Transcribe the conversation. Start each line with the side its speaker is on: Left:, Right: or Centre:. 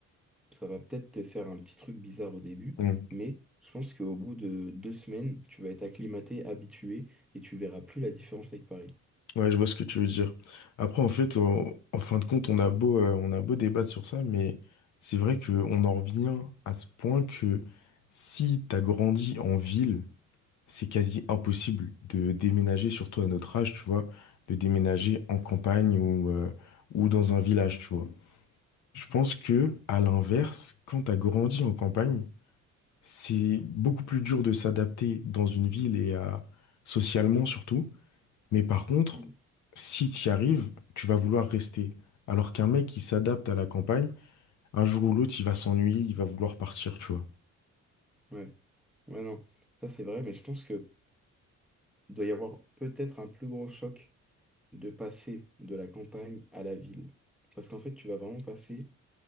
Centre: Ça va peut-être te faire un petit truc bizarre au début,
Left: Mm.
Centre: mais je pense qu'au bout de deux semaines, tu vas être acclimaté, habitué, et tu verras plus la différence avec Paris.
Left: Ouais, je vois ce que tu veux dire. Après, en fait, on- en fin de compte, on a beau, euh, on a beau débattre sur ça, mais c'est vrai qu'on en revient à ce point que si tu as grandi en ville, c'est quasi impossible de déménager, surtout à notre âge, tu vois, de déménager en campagne ou, euh, ou dans un village, tu vois. Je pense que, à l'inverse, quand t'as grandi en campagne, c'est beaucoup plus dur de s'adapter dans une ville et à, socialement surtout. Mais par contre,
Centre: Mm.
Left: si t'y arrives, tu vas vouloir rester. Alors qu'un mec qui s'adapte à la campagne, un jour ou l'autre, il va s'ennuyer, il va vouloir partir, tu vois.
Centre: Ouais, ouais, non, ça c'est vrai, mais je pense que doit y avoir peut-être un plus gros choc de passer de la campagne à la ville. Parce qu'en fait, tu vas vraiment passer.